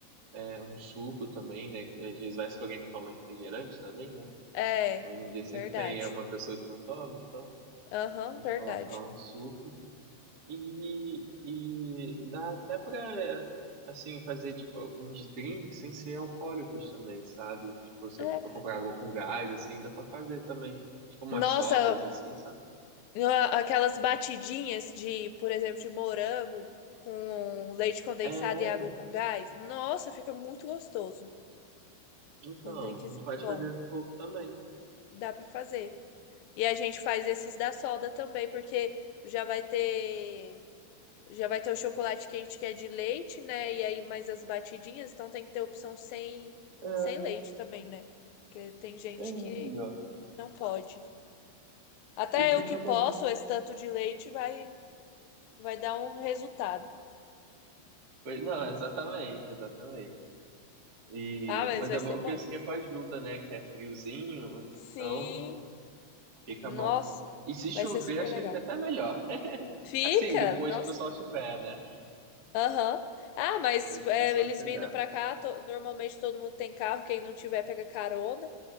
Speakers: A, on the right; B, on the left.
A: é, um suco também, né? Às vezes vai que alguém não toma refrigerante também, né?
B: É,
A: Hoje em dia sempre
B: verdade.
A: tem é, uma pessoa que não toma, então
B: Aham,
A: a gente
B: verdade.
A: coloca lá um suco. E, e dá até pra, assim, fazer, tipo, uns drinks sem ser alcoólicos também, sabe? Tipo, se
B: É.
A: eu for comprar água com gás, assim, dá pra fazer também. Tipo, umas
B: Nossa,
A: sodas, assim, sabe?
B: a- aquelas batidinhas de, por exemplo, de morango com leite condensado
A: É,
B: e água com gás. Nossa, fica muito gostoso.
A: então,
B: Com um drinkzinho
A: a gente pode
B: bom.
A: fazer um pouco também.
B: Dá para fazer. E a gente faz esses da soda também, porque já vai ter Já vai ter o chocolate quente que é de leite, né? E aí mais as batidinhas, então tem que ter opção sem,
A: É,
B: sem leite também, né? Porque tem gente
A: é aí,
B: que
A: ó.
B: não pode. Até
A: E fica
B: eu que posso,
A: bom.
B: esse tanto de leite vai, vai dar um resultado.
A: Pois- Não, exatamente, exatamente. E,
B: Ah, mas
A: mas
B: vai
A: é
B: ser
A: bom
B: bom.
A: que esse tempo ajuda, né? Que é friozinho,
B: Sim,
A: então fica
B: nossa,
A: bom. E se chover,
B: vai ser super
A: acho
B: legal.
A: que fica até melhor. <laughs>
B: Fica,
A: Assim, depois
B: nossa,
A: que o pessoal tiver, né?
B: aham. Ah, mas
A: Depois que
B: é,
A: o pessoal
B: eles
A: chegar.
B: vindo pra cá, to- normalmente todo mundo tem carro, quem não tiver pega carona.